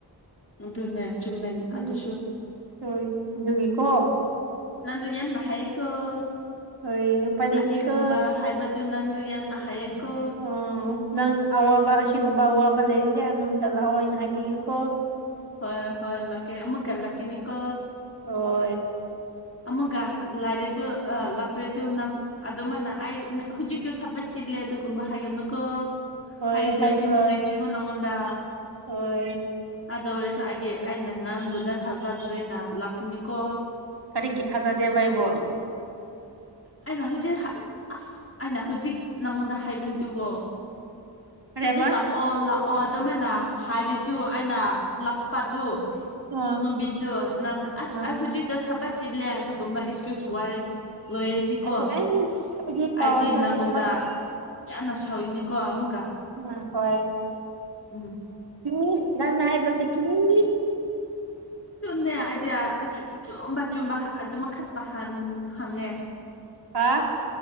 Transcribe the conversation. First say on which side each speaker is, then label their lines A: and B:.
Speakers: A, on the left; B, on the right.
A: ꯑꯗꯨꯅꯦ ꯆꯨꯝꯃꯦꯟ
B: ꯎꯝ
A: ꯑꯗꯨꯁꯨ
B: ꯍꯣꯏ ꯑꯗꯨꯒꯤꯀꯣ
A: ꯅꯪꯗꯨ ꯌꯥꯝꯅ ꯍꯥꯏꯌꯦꯀꫭ
B: ꯍꯣꯏ ꯎꯄꯥꯏ ꯂꯩꯇꯦꯀꯣ
A: ꯑꯁꯤꯒꯨꯝꯕ ꯍꯥꯏꯕ ꯇꯨ ꯅꯪꯗꯨ ꯌꯥꯝꯅ ꯍꯥꯏꯌꯦꯀꯣ
B: ꯑꯣ ꯅꯪ ꯑꯋꯥꯕ ꯑꯁꯤꯒꯨꯝꯕ ꯑꯋꯥꯕ ꯂꯩꯔꯗꯤ ꯑꯩꯉꯣꯟꯗ ꯂꯥꯛꯑꯣ ꯑꯩꯅ ꯍꯥꯏꯕꯤꯒ‌ꯦꯀꯣ
A: ꯍꯣꯏ ꯍꯣꯏ ꯂꯥꯛꯀꯦ ꯑꯃꯨꯛꯀ ꯂꯥꯛꯀ‌‌ꯦꯅꯤꯀꯣ
B: ꯍꯣꯏ
A: ꯑꯃꯨꯛꯒꯥ ꯂꯥꯏꯔꯦ ꯑꯗꯨ ꯑꯥ ꯂꯥꯛꯈ꯭ꯔꯦ ꯑꯗꯨ ꯅꯪ ꯑꯗꯨꯃꯥꯏꯅ ꯑꯩ ꯍꯧꯖꯤꯛꯇꯨ ꯊꯕꯛ ꯆꯤꯜꯂꯦ ꯑꯗꯨꯒꯨꯝꯕ ꯍꯥꯏꯒꯅꯨꯀꯣ
B: ꯍꯣꯏ
A: ꯍꯥꯏꯔꯗꯤ
B: ꯍꯥꯏꯔꯛꯔꯣꯏ
A: ꯑꯩꯗꯤ ꯅꯨꯡꯉꯥꯏꯇ꯭ꯔꯤꯀꫭ ꯅꯪꯉꯣꯟꯗ
B: ꯍꯣꯏ
A: ꯑꯗꯨ ꯑꯣꯏꯔꯁꯨ ꯑꯩꯒꯤ ꯑꯩꯅ ꯅꯪꯕꯨꯗ ꯊꯥꯖꯗ꯭ꯔꯤꯗꯥ ꯂꯥꯛꯀꯅꯤꯀꯣ
B: ꯀꯔꯤꯒꯤ ꯊꯥꯖꯗꯦꯕꯥ ꯑꯩꯕꯨ
A: ꯑꯩꯅ ꯍꯧꯖꯤꯛ ꯑꯁ ꯑꯩꯅ ꯍꯧꯖꯤꯛ ꯅꯪꯉꯣꯟꯗ ꯍꯥꯏꯕꯗꯨꯀꫭ
B: ꯀꯔꯦꯕ
A: ꯍꯧꯖꯤꯛ ꯂꯥꯛ ꯑꯣ ꯂꯥꯛꯑꯣ ꯑꯗꯨꯃꯥꯏꯅ ꯍꯥꯏꯔꯤꯗꯨ ꯑꯩꯅ ꯂꯥꯛꯄꯗꯨ
B: ꯑꯥ
A: ꯅꯨꯡꯕꯤꯗꯨ ꯅꯪ ꯑꯁ
B: ꯑꯥ
A: ꯑꯩ ꯍꯨꯖꯤꯛꯗ ꯊꯕꯛ ꯆꯤꯜꯂꯦ ꯑꯗꯨꯒꯨꯝꯕ ꯑꯦꯛꯁꯀ꯭ꯌꯨꯁ ꯋꯥꯔ ꯂꯣꯏꯔꯦ ꯗꯤꯀꯣ
B: ꯑꯗꯨ ꯑꯩ ꯑꯩꯗꯤ ꯇꯧꯔꯣꯏꯗ
A: ꯑꯩꯗꯤ ꯅꯪꯉꯣꯟꯗ
B: ꯑꯗꯨꯒꯨꯝꯕ
A: ꯌꯥꯝꯅ ꯁꯧꯏꯅꯦꯀꯣ ꯑꯃꯨꯛꯀꯥ
B: ꯎꯝ ꯍꯣꯏ
A: ꯎꯝ
B: ꯆꯨꯝꯃꯤ ꯅꯪꯅ ꯍꯥꯏꯕꯁꯦ ꯆꯨꯝꯃꯤ
A: ꯑꯗꯨꯅꯦ ꯑꯩꯗꯤ ꯑꯆꯨꯝꯕ ꯑꯆꯨꯝꯕ ꯑꯗꯨꯃ ꯈꯠꯇꯥ ꯍꯪꯉꯦ
B: ꯍꯥꯥ